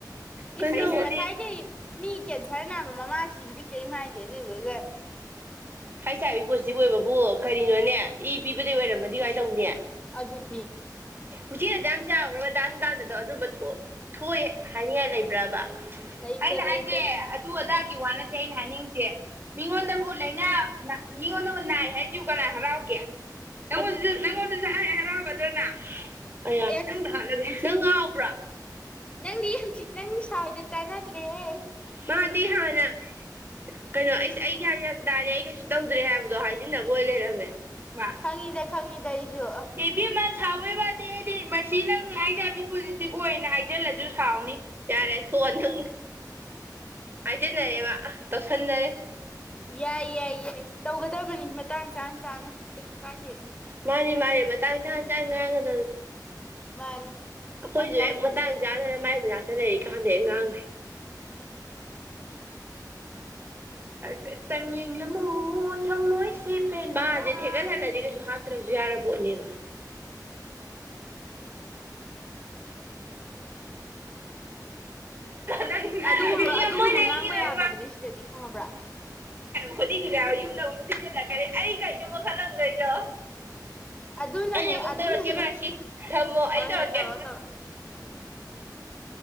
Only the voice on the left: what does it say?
ꯏꯁꯤꯁꯤꯁꯤꯡꯁꯥꯏ
ꯀꯩ ꯃꯤ ꯀꯦꯟꯁꯔ ꯅꯥꯕ ꯃꯃꯥꯁꯤꯕꯨꯗꯤ ꯀꯩ ꯍꯥꯏꯥꯏꯗꯦ ꯑꯗꯨꯗꯨꯒ
ꯑꯗꯨꯅꯤ
ꯂꯩꯇꯦ
ꯂꯩꯇꯦ
ꯑꯦ
ꯌꯥꯝ
ꯊꯤ
ꯅꯪꯗꯤ ꯌꯥꯝꯆꯤꯠ ꯅꯪ ꯁꯥ ꯍꯣꯏꯗ ꯆꯥꯟꯅꯗ꯭ꯔꯦꯍꯦ
ꯈꯪꯉꯤꯗ ꯈꯪꯉꯤꯗ ꯑꯩꯁꯨ ꯑ
ꯌꯥꯏ ꯌꯥꯏ ꯌꯥꯏ ꯇꯧꯒꯗꯕꯅꯤ ꯃꯇꯥꯡ ꯆꯥꯅ ꯆꯥꯅ ꯀꯩꯁꯨ ꯀꯥꯏꯗꯦꯗ
ꯃꯥꯅꯤ
ꯇꯝ ꯇꯝ
ꯐꯣꯡ
ꯑꯗꯨꯒꯨꯝꯕ ꯑꯗꯨꯒꯨꯝꯕ
ꯉꯥꯡꯕ
ꯌꯥ ꯐꯕꯅꯦ ꯁꯤꯗꯗꯤ ꯈꯪꯉꯥꯕ꯭ꯔꯥ
ꯑꯗꯨꯅꯅꯦ
ꯑꯗꯨꯅꯅꯦ
ꯍꯣꯏ
ꯍꯣꯏ ꯇꯧꯔꯣ ꯇꯧꯔꯣ